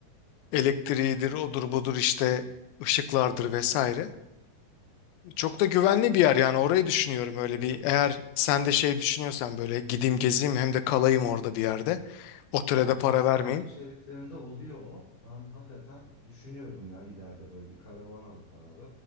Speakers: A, on the left; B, on the left.
A: Elektriğidir, odur budur işte ışıklardır vesaire. Çok da güvenli bir yer yani orayı düşünüyorum öyle
B: Tabii.
A: bir eğer sen de şey düşünüyorsan böyle gideyim gezeyim hem de kalayım orada bir yerde. Otele de para
B: Ya sahil
A: vermeyeyim.
B: şeritlerinde oluyor o. Ben hakikaten düşünüyorum ya ileride böyle bir karavan alıp abi